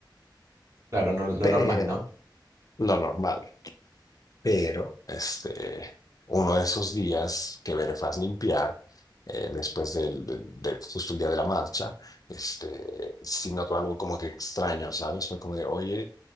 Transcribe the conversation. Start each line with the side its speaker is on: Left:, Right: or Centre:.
Right: claro, no- lo
Left: Pero
Right: normal, ¿no?
Left: lo normal. Pero este, uno de esos días que Verefaz limpiar, eh, después del, del- del- justo el día de la marcha, este, sí notó algo como que extraño, ¿sabes? Fue como de, oye,